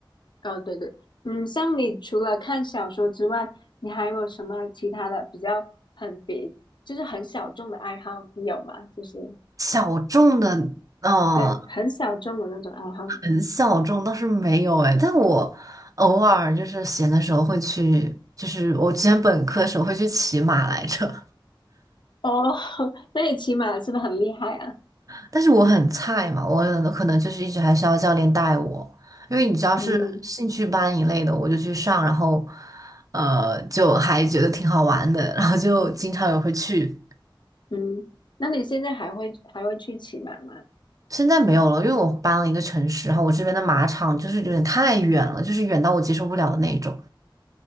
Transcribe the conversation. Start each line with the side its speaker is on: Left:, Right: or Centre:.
Left: 哦，对对，嗯，像你除了看小说之外，你还有没有什么其他的比较很别，就是很小众的爱好？你有吗？就是
Right: 小众的，嗯、
Left: 对，很小众的那种爱好。
Right: 很小众倒是没有哎，但我偶尔就是闲的时候会去，就是我之前本科的时候会去骑马来着。
Left: 哦，<laughs> 那你骑马是不是很厉害啊？
Right: 但是我很菜嘛，我可能就是一直还是要教练带我，因为你知道是兴趣班一类的，
Left: 嗯
Right: 我就去上，然后呃就还觉得挺好玩的，然后就经常也会去。
Left: 嗯，那你现在还会还会去骑马吗？
Right: 现在没有了，因为我搬了一个城市，然后我这边的马场就是有点太远了，就是远到我接受不了的那种。